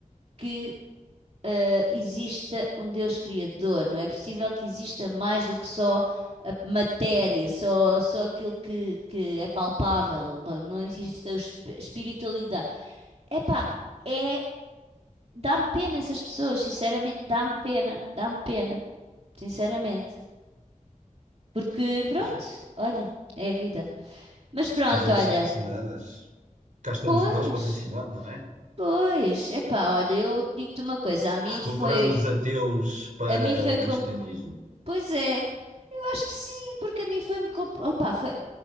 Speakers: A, on the right; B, on the right.
A: que eh, exista um Deus criador, não é possível que exista mais do que só a matéria, só, só aquilo que, que é palpável, não não existe a esp- espiritualidade. Epá, é. Dá-me pena essas pessoas, sinceramente, dá-me pena, dá-me pena, sinceramente. Porque, pronto,
B: Pois é,
A: olha, é a vida. Mas pronto,
B: precisam
A: olha,
B: de ser ensinadas. Cá estamos
A: pois,
B: nós para os ensinar, não é?
A: pois, epá, olha, eu digo-te uma coisa, a mim
B: Recuperar
A: foi,
B: os ateus para
A: a mim foi,
B: o
A: comp-
B: cristianismo.
A: pois é, eu acho que sim, porque a mim foi-me, comp- opá, foi,